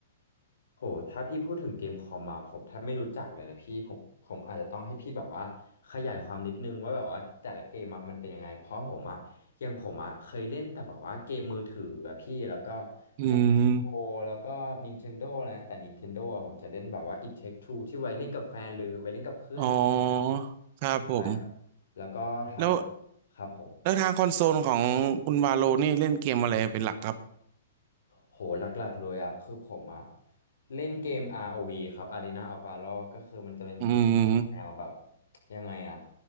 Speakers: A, on the left; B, on the right.
A: โหถ้าพี่พูดถึงเกมคอมมาผมแทบไม่รู้จักเลยนะพี่ผมผมอาจจะต้องให้พี่แบบว่าขยายความนิดนึงว่าแบบว่าแต่ละเกมอะมันเป็นยังไงเพราะผมอะอยังผมอะเคยเล่นแต่แบบว่าเกมมือถืออะพี่แล้วก็
B: อืม
A: ในโอแล้วก็ Nintendo อะไรแต่ Nintendo อะผมจะเล่นแบบว่า It Take Two ที่ไว้เล่นกับแฟนหรือไว้เล่นกับเพื่อนอะไรอย่างเงี้ย
B: อ๋อครับผม
A: ใช่ครับแล้วก็ทาง
B: แล้ว
A: ครับผม
B: แล้วทางคอนโซลของคุณวาโลนี่เล่นเกมอะไรเป็นหลักครับ
A: โหหลักๆเลยอ่ะคือผมอ่ะเล่นเกม ROV ครับ Arena of Valor ก็คือมันจะเป็นเกมแบบแนวแบบ
B: อืม
A: ยังไงอ่ะ